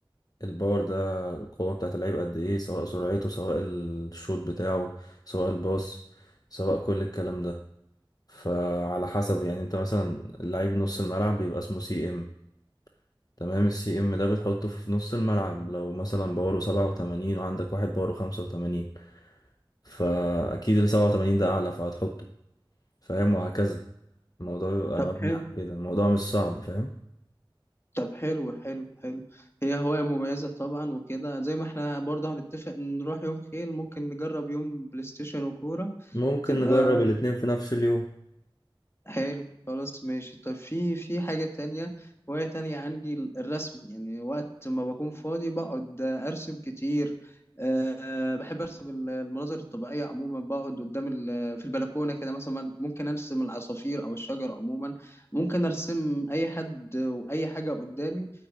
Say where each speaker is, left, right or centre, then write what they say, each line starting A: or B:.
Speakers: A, on the left (about 45°); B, on the left (about 30°).
A: الباور ده القوة بتاعة اللعيب قد إيه سواء سرعته سواء الشوط بتاعه سواء الباص سواء كل الكلام ده فعلى حسب يعني انت مثلا لعيب نص الملعب بيبقى اسمه سي ام تمام السي ام ده بتحطه في في نص الملعب لو مثلا باور سبعة وتمانين وعندك واحد باور خمسة وتمانين فأكيد اللي سبعة وتمانين ده أعلى فهتحطه فاهم وهكذا الموضوع بيبقى
B: طب
A: مبني
B: حلو
A: على كده الموضوع مش صعب فاهم
B: طب حلو حلو حلو هي هواية مميزة طبعا وكده زي ما احنا برضه هنتفق نروح يوم خيل ممكن نجرب يوم بلاي ستيشن وكورة
A: ممكن
B: تبقى
A: نجرب الاتنين في نفس اليوم
B: حلو خلاص ماشي طب في في حاجة تانية وهي تانية عندي ال- الرسم يعني وقت ما بكون فاضي بقعد أرسم كتير أه بحب أرسم ال- المناظر الطبيعية عموما بقعد قدام ال- في البلكونة كده مثلا ممكن أرسم العصافير أو الشجر عموما ممكن أرسم أي حد وأي حاجة قدامي